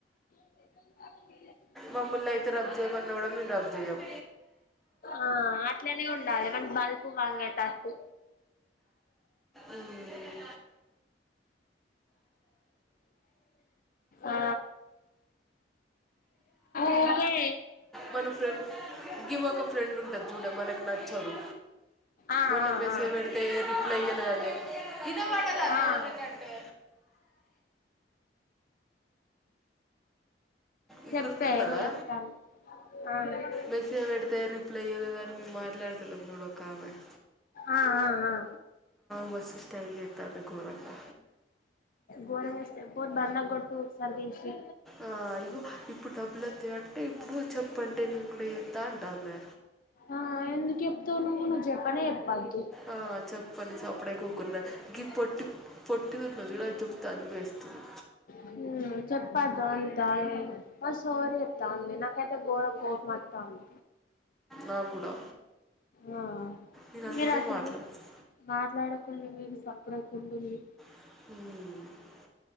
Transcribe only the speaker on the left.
అ
ఆ అట్లనే ఉండాలి వాని బలుపు వంగేటటు
ఆ ఓకే
ఆ
ఆ
ఆ
ఆ
చెప్పే
ఏమో చెప్తాను ఆ
ఆ ఆ ఆ
గోరంగా స్టెప్ దండకొట్టు పరదేశీ
ఆ ఎందుకు చెప్తావు నువ్వు నువ్వు చెప్పనే చెప్పాద్దు
హ్మ్ చెప్పదా, అందాన్ మస్త్ ఓవర్ చేతంది. నాకు అయితే గోరం కోపం మాతాంది.
ఆ
మీరు అసలు
కు మాట్లాడకు <unintelligible> సప్పుడు అవుకుండుంది.